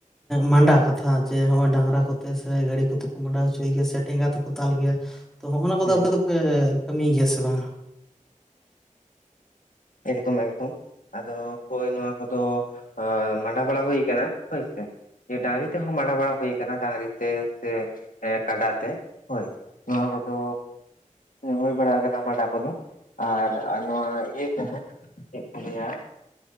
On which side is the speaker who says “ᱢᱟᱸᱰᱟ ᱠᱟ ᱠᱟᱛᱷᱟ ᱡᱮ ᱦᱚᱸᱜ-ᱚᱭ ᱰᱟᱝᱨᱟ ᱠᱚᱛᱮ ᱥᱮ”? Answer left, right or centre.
Centre